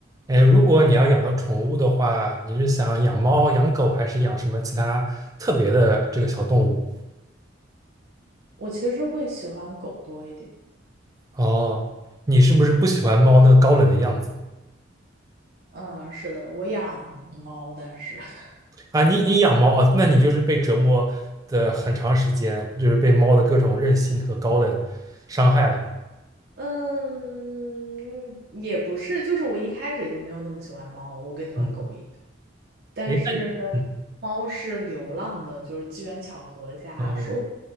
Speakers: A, on the right; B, on the right.
A: 哎，如果你要养个宠物的话，你是想养猫、养狗，还是养什么其他特别的这个小动物？
B: 我其实会喜欢狗多一点。
A: 哦，你是不是不喜欢猫那个高冷的样子
B: 嗯，是的，我养猫，但是，<laughs>
A: 啊？你你养猫啊，那你就是被折磨的很长时间，就是被猫的各种任性和高冷伤害了。
B: 嗯，也不是，就是我一开始就没有那么喜欢猫，我更喜欢狗一点。
A: 嗯，
B: 但是
A: 哎，那你嗯
B: 猫是流浪的，就是机缘巧合下收养，
A: 哦。